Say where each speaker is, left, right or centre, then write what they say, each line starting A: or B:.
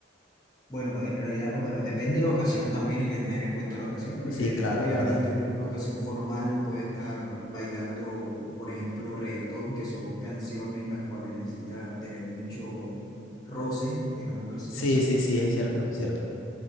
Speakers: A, on the left (about 20°); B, on the left (about 80°).
A: bueno, en realidad, o bueno, depende de la ocasión también, hay que tener en cuenta la ocasión, porque
B: Sí, claro,
A: obviamente
B: es verdad.
A: una ocasión formal no puede estar bailando, por ejemplo, reggaetón, que son canciones las cuales necesita tener mucho roce, digámoslo así.
B: Sí, sí, sí, es cierto, cierto.